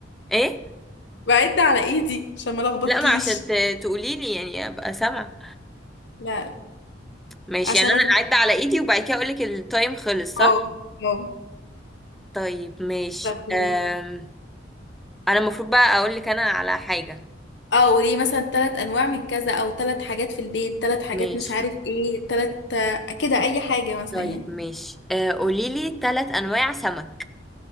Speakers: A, in the centre; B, on the left.
A: ايه
B: بعد على ايدي عشان ما الخبطكيش
A: لا ما عشان ت- تقولي لي يعني ابقى سامعة
B: لا لا،
A: ماشي
B: عشان
A: يعني انا
B: ما تت-
A: اعد على ايدي وبعد كده اقول لك التايم خلص صح
B: اه اه
A: طيب ماشي
B: طب قوليلي.
A: أم... انا المفروض بقى اقول لك انا على حاجة
B: اه قولي مثلا ثلاث انواع من كذا او ثلاث حاجات في البيت ثلاث حاجات
A: ماشي
B: مش عارف ايه ثلاث كده اي حاجه مثلا
A: طيب
B: يعني
A: ماشي أه قولي لي ثلاث انواع سمك